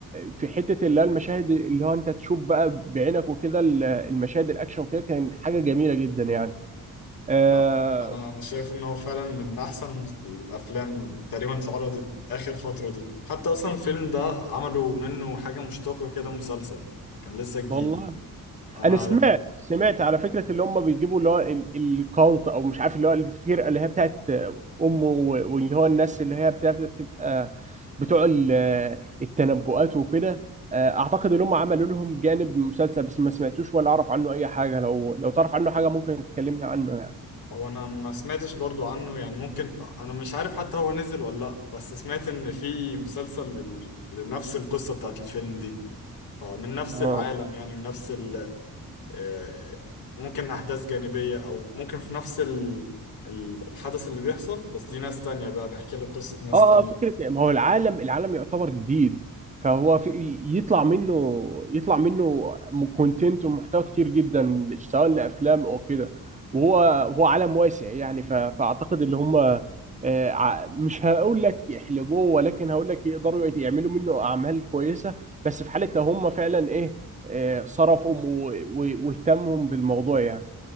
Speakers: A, on the right (about 20°); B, on the left (about 85°).
A: في حتة اللي هو المشاهد اللي هو أنت تشوف بقى بعينك وكده ال- المشاهد الأكشن وكده كانت حاجة جميلة جدا يعني أه
B: لا أنا أنا شايف إن هو فعلا من أحسن الأفلام تقريبا اللي اتعرضت آخر فترة دي حتى أصلا الفيلم ده عملوا منه حاجة مشتقة كده مسلسل كان لسه جديد
A: والله
B: أنا
A: انا سمعت سمعت على فكره اللي هم بيجيبوا اللي هو ال- الكالت او مش عارف اللي هو الفرقه اللي هي بتاعت امه و- واللي هو الناس اللي هي بتاع- بتبقى بتوع ال- التنبؤات وكده آه، اعتقد ان هم عملوا لهم جانب مسلسل بس ما سمعتوش ولا اعرف عنه اي حاجه لو لو تعرف عنه حاجه ممكن تكلمني عنه يعني
B: هو أنا ما سمعتش برضو عنه يعني ممكن أنا مش عارف حتى هو نزل ولا لأ بس سمعت إن في مسلسل لل- لنفس القصة بتاعت الفيلم دي فمن نفس
A: اه
B: العالم يعني من نفس آه، ممكن أحداث جانبية أو ممكن في نفس ال- ال- الحدث اللي بيحصل بس دي ناس تانية بقى بحكي لك قصة ناس
A: اه
B: تانية
A: آه، فكره ما هو العالم العالم يعتبر جديد فهو في يطلع منه يطلع منه كونتنت ومحتوى كتير جدا سواء لافلام او كده وهو هو عالم واسع يعني ف- فاعتقد اللي هم آه، ع- مش هقول لك يحلبوه ولكن هقول لك يقدروا يت- يعملوا منه اعمال كويسه بس في حاله لو هم فعلا ايه آه، صرفوا و- و- واهتموا بالموضوع يعني